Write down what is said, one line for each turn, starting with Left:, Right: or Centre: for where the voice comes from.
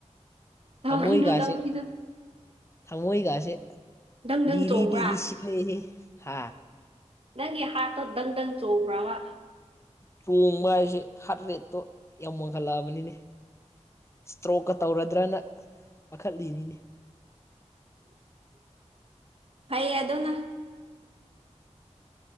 Right: ꯇꯧꯈꯤꯅꯨ
Left: ꯊꯃꯣꯏꯒꯥꯁꯦ
Right: ꯇꯧꯈꯤꯅꯨ
Left: ꯊꯃꯣꯏꯒꯥꯁꯦ
Right: ꯗꯪ ꯗꯪ
Left: ꯔꯤ
Right: ꯆꯣꯡꯕ꯭ꯔꯥ
Left: ꯂꯤꯔꯤꯁꯤ ꯂꯩ ꯍꯥꯥ
Right: ꯅꯪꯒꯤ ꯍꯥꯔꯠꯇꯣ ꯗꯪ ꯗꯪ ꯆꯕ꯭ꯔꯥꯕ
Left: ꯆꯣꯡꯕ ꯍꯥꯏꯁꯦ ꯍꯥꯠ ꯔꯦꯠꯇꯣ ꯌꯥꯝ ꯋꯥꯡꯈꯠꯂꯛꯑꯕꯅꯤꯅꯦ ꯏꯁꯇ꯭ꯔꯣꯛꯀ ꯇꯧꯔꯗ꯭ꯔꯅ ꯄꯥꯈꯠꯂꯤꯅꯤꯅꯦ
Right: ꯐꯩ ꯑꯗꯨꯅ